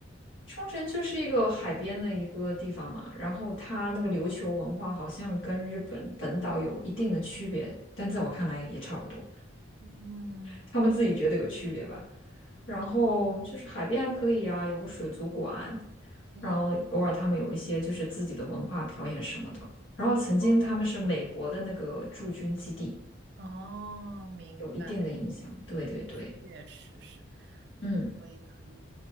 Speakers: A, on the left (about 75°); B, on the right (about 55°).
A: 冲绳就是一个海边的一个地方嘛，然后它那个琉球文化好像跟日本本岛有一定的区别，但在我看来也差不多，
B: 嗯，
A: 他们自己觉得有区别吧。然后就是海边还可以啊，
B: 哦，
A: 有个水族馆，
B: 嗯，
A: 然后偶尔他们有一些就是自己的文化表演什么的。然后曾经他们是美国的那个驻军基地，
B: 哦，哦，明白，
A: 有一定的影响。对对对，
B: 确实是，
A: 嗯
B: 可以，可以。